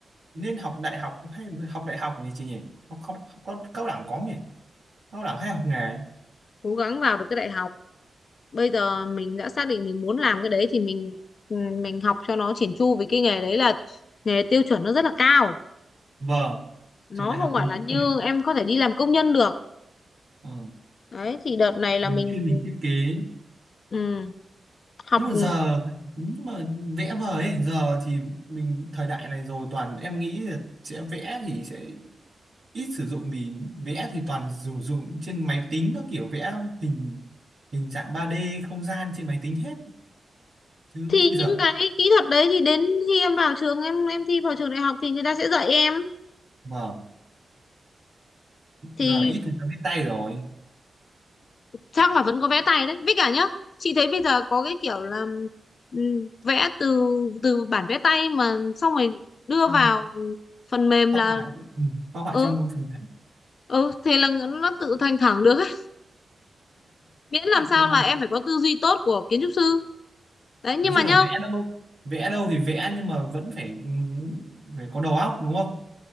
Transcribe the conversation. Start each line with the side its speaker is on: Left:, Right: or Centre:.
Right: nên học đại học hay học đại học nhỉ chị nhỉ học học, học cao cao đẳng có không nhỉ cao đẳng hay học nghề
Left: cố gắng vào được cái đại học bây giờ mình đã xác định mình muốn làm cái đấy thì mình ừ, mình học cho nó chỉn chu vì cái nghề đấy là nghề tiêu chuẩn nó rất là cao
Right: vâng
Left: nó
Right: trường đại
Left: không
Right: học
Left: phải
Right: kiến
Left: là
Right: trúc
Left: như
Right: này
Left: em có thể đi làm công nhân được
Right: ờ,
Left: đấy thì đợt này là
Right: mình
Left: mình
Right: chuyên mình thiết kế
Left: ừ, học
Right: nhưng mà
Left: ừ,
Right: giờ nhưng mà vẽ vời ấy, giờ thì mình thời đại này rồi toàn em nghĩ là sẽ vẽ thì sẽ ít sử dụng vì vẽ thì toàn dùng dùng trên máy tính các kiểu vẽ hình hình dạng 3D không gian trên máy tính hết chứ
Left: thì những
Right: giờ
Left: cái kỹ thuật đấy thì đến khi em vào trường em em thi vào trường đại học thì người ta sẽ dạy em
Right: vâng giờ
Left: thì
Right: ít người ta viết tay rồi
Left: chắc là vẫn có vẽ tay đấy với cả nhá chị thấy bây giờ có cái kiểu là ừ, vẽ từ từ bản vẽ tay mà xong rồi đưa
Right: Vâng,
Left: vào phần mềm
Right: phác
Left: là
Right: họa ừ, phác họa
Left: ừ
Right: trên phần
Left: ừ thế là nó tự thành thẳng được ấy miễn làm sao
Right: mềm
Left: là em
Right: <laughs>
Left: phải có tư duy tốt của kiến trúc sư đấy nhưng
Right: nói chung
Left: mà nhá
Right: là vẽ đâu vẽ đâu thì vẽ nhưng mà vẫn phải phải có đầu óc đúng không